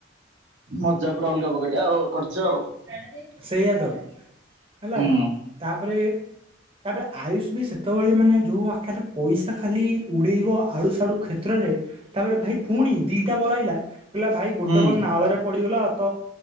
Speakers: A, on the right; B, on the right.
A: ମଜା ପୁରା ଅଲଗା ପ୍ରକାରିଆ ଆଉ କରିଚ ଆଉ।
B: ସେଇଆ ତ ହେଲା
A: ହୁଁ।
B: ତାପରେ ତାପରେ ଆୟୁଷ ବି ସେତେବେଳେ ମାନେ ଯୋଉ ଆକାରରେ ପଇସା ଖାଲି ଉଡେଇବ ଆଡୁସଡୁ କ୍ଷେତ୍ରରେ ତାପରେ ଭାଇ ପୁଣି ଦିଟା ବଲ ଆଇଲା। କହିଲା ଭାଇ ଗୋଟେ
A: ହୁଁ
B: ବଲ ନାଳରେ ପଡିଗଲା ତ